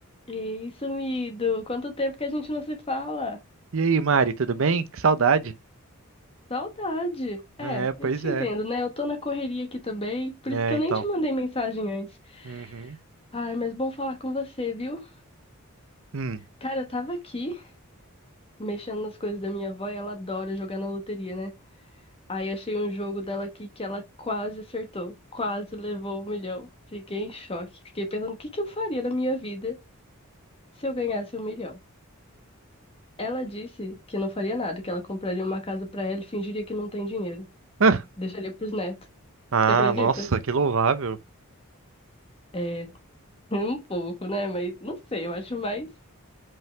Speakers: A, on the left; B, on the right.
A: E isso, sumido, quanto tempo que a gente não se fala?
B: E aí, Mari, tudo bem? Que saudade.
A: Saudade. É,
B: É, pois
A: eu te
B: é.
A: entendo, né? Eu tô na correria aqui também, por
B: É,
A: isso que eu
B: então.
A: nem te mandei mensagem antes.
B: Uhum.
A: Ai, mas bom falar com você, viu?
B: Hum.
A: Cara, eu tava aqui mexendo nas coisas da minha avó e ela adora jogar na loteria, né? Aí achei um jogo dela aqui que ela quase acertou, quase levou um milhão. Fiquei em choque, fiquei pensando o que que eu faria na minha vida se eu ganhasse um milhão. Ela disse que não faria nada, que ela compraria uma casa pra ela e fingiria que não tem dinheiro.
B: Ah,
A: Deixaria pros netos.
B: ah,
A: Você acredita?
B: nossa, que louvável.
A: É, <laughs> um pouco, né? Mas não sei, eu acho mais